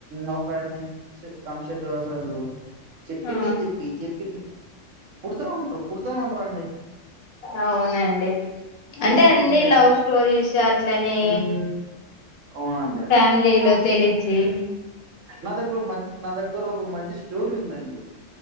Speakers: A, on the right; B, on the left.
A: నో కన్ని సే కామషట్టి వాసాలు చెప్పిందే
B: ఆ
A: చెప్పి చెప్పించ పుడుతావుంటరు పుడు తా ఉంటారండి
B: అవునండి అంటే
A: ఇది
B: అన్ని
A: ఏందండి
B: లవ్ స్టోరీస్ అట్లనే
A: ఉమ్, అవునండి
B: ఫ్యామిలీలో
A: ఆ
B: తెలిచి
A: నా దగ్గర మ నా దగ్గర ఒక మంచి షో స్టోరీ ఉందండి